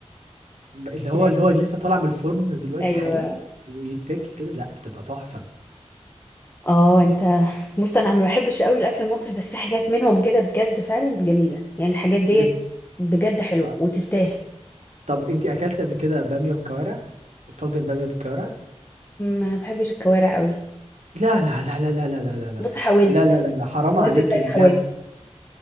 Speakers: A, on the right; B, on the left.
A: اللي هو
B: فريش
A: اللي هو لسه طالع من الفرن دلوقتي
B: أيوه
A: حالا ويتاكل كده لا بتبقى تحفه
B: اه انت بص انا ما بحبش قوي الاكل المصري بس في حاجات منهم كده بجد فعلا جميله يعني الحاجات ديت
A: ب...
B: بجد حلوه
A: آه.
B: وتستاهل
A: طب انتي اكلت قبل كده باميه وكوارع طاجن باميه بالكوارع
B: ما بحبش الكوارع قوي
A: لا لا لا لا لا لا لا لا لا
B: بص حاولت
A: لا لا لا لا حرام
B: والله
A: عليكي
B: صدقني
A: بجد
B: حاولت